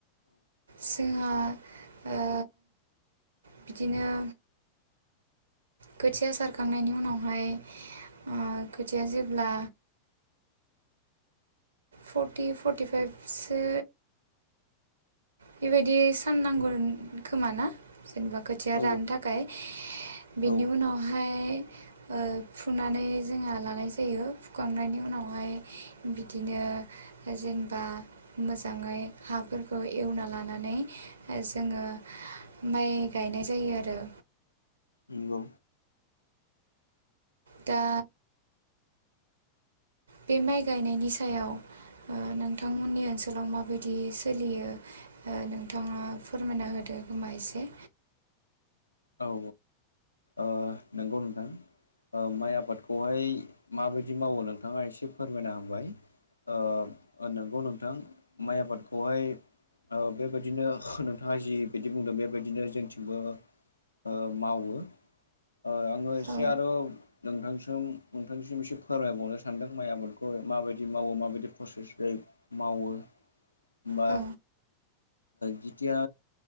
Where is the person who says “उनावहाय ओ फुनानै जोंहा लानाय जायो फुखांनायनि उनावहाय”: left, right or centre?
Right